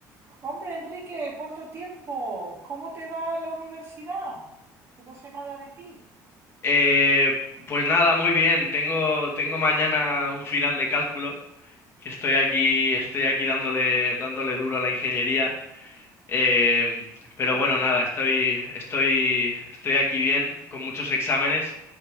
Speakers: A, on the right; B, on the left.
A: Hombre, Enrique, ¿cuánto tiempo? ¿Cómo te va la universidad? Que no sé nada de ti.
B: Eh, pues nada, muy bien. Tengo, tengo mañana un final de cálculo, que estoy aquí, estoy aquí dándole, dándole duro a la ingeniería. Eh, pero
A: Claro,
B: bueno, nada, estoy, estoy, estoy aquí bien, con muchos exámenes,